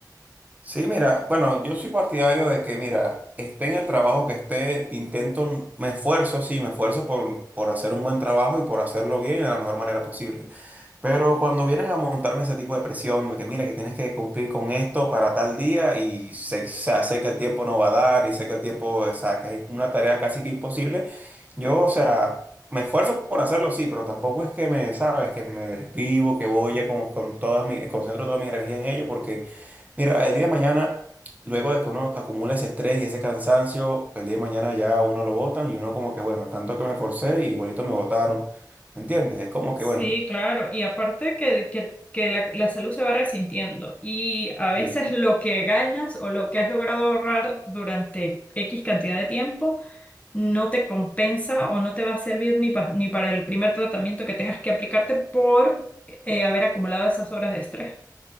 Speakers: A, on the right (about 20°); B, on the left (about 20°).
A: Sí, mira, bueno, yo soy partidario de que, mira, esté en el trabajo que esté, intento, me esfuerzo, sí, me esfuerzo por, por hacer un buen trabajo y por hacerlo bien de la mejor manera posible. Pero cuando vienes a montarme ese tipo de presión, de que mira que tienes que cumplir con esto para tal día y sé, o sea, sé que el tiempo no va a dar y sé que el tiempo, o sea, que es una tarea casi que imposible, yo, o sea, me esfuerzo por hacerlo, sí, pero tampoco es que me, sabes, que me desvivo, que voy a con, con todas mis, concentro toda mi energía en ello, porque mira, el día de mañana, luego de que uno acumula ese estrés y ese cansancio, el día de mañana ya uno lo botan y uno como que, bueno, tanto que me esforcé y bonito me botaron, ¿me entiendes? Es como
B: Sí,
A: que, bueno.
B: claro. Y aparte que, que, que la, la salud se va resintiendo y a veces
A: sí,
B: lo que ganas o lo que has logrado ahorrar durante X cantidad de tiempo no te compensa o no te va a servir ni, pa- ni para el primer tratamiento que tengas que aplicarte por eh, haber acumulado esas horas de estrés.